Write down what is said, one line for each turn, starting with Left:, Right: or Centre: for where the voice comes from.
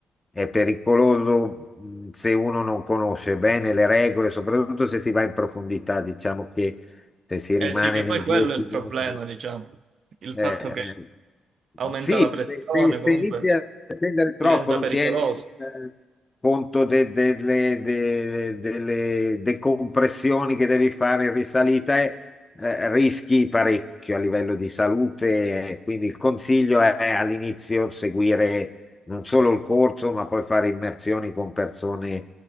Left: è pericoloso mm, se uno non conosce bene le regole, soprattutto se si va in profondità, diciamo che se si
Right: Eh
Left: rimane
Right: sì, che
Left: nei
Right: poi quello
Left: 10
Right: è il problema,
Left: metri.
Right: diciamo. Il
Left: Eh,
Right: fatto che
Left: eh,
Right: aumenta
Left: sì,
Right: la pressione,
Left: se, se- se
Right: comunque
Left: inizi a spendere troppo
Right: diventa
Left: non
Right: pericoloso.
Left: tieni eh, conto de- delle, de- delle decompressioni che devi fare in risalita e eh, rischi parecchio a livello di salute. eh, Quindi il consiglio è all'inizio seguire non solo il corso, ma poi fare immersioni con persone